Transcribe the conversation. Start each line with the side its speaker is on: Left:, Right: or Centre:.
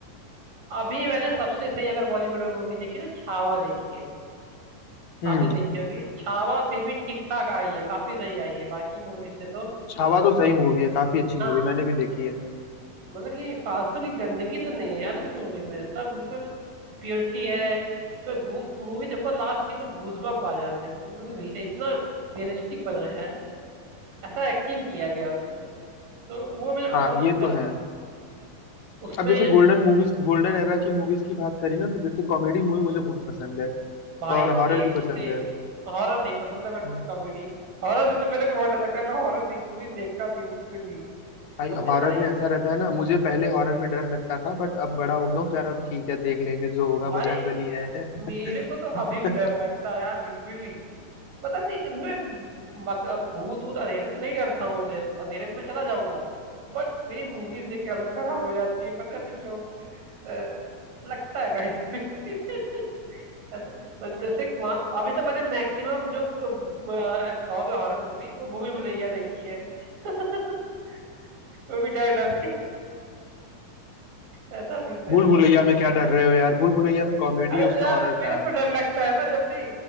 Right: अभी मैंने सबसे सही अगर बॉलीवुड में मूवी देखी तो छावा देखी है
Left: हम्म
Right: आपने देखी होगी छावा फिर भी ठीक ठाक आई है काफी सही आई है बाकी मूवी से तो
Left: छावा तो सही मूवी है काफी अच्छी
Right: हाँ
Left: मूवी मैंने भी देखी है
Right: मतलब ये फालतू की गंदगी तो नहीं है यार उस मूवी में सब बिल्कुल प्योरिटी है उसमें मूवी देखो लास्ट सीन तो गूजबम्प आ जाते हैं बिल्कुल मतलब रि- इतना रियलिस्टिक बनाया है ऐसा एक्टिंग किया गया उसमें तो वो मेरे को
Left: हाँ
Right: बहुत अच्छा
Left: ये तो
Right: लगा
Left: है
Right: उसमें
Left: अब जैसे गोल्डन मूवीज गोल्डन एरा की मूवीज की बात करी ना तो जैसे कॉमेडी मूवी मुझे बहुत पसंद है
Right: भाई
Left: और
Right: सेम
Left: हॉरर भी पसंद
Right: सेम
Left: है
Right: हॉरर नहीं पसंद है बट
Left: हम्म।
Right: कॉमेडी हॉरर से तो मेरे को बहुत डर लगता है मैं हॉरर मूवी देखता नहीं बिल्कुल भी
Left: भाई
Right: मैंने
Left: हॉरर
Right: भाई
Left: में ऐसा रहता है ना मुझे पहले हॉरर में डर लगता था बट अब बड़ा हो गया हूँ तो यार अब ठीक है देख लेंगे जो होगा
Right: भाई
Left: बजरंगबली है
Right: मेरे को तो
Left: <laughs>
Right: अभी भी डर लगता है यार लिटरली पता नहीं मैं बक- भूत भूत अंधेरे से नहीं डरता हूँ ऐसे अंधेरे में मैं चला जाऊंगा बट मेरी मूवीज देख के हालत खराब हो जाती है पता नहीं क्यों अ, लगता है कहीं <laughs> ऐसा मतलब जैसे मा- अभी तक मैंने मैक्सिमम जो क- अ, कहोगे हॉरर मूवी वो भूल भुलैया देखी है <laughs> वो भी डर डर के ऐसा सीन है
Left: भूल भुलैया में क्या डर रहे हो यार भूल भुलैया में कॉमेडी
Right: अरे
Left: है
Right: तो
Left: उसमें
Right: यार
Left: हॉरर
Right: मेरे
Left: कहाँ
Right: को
Left: है
Right: डर लगता है ना जब भी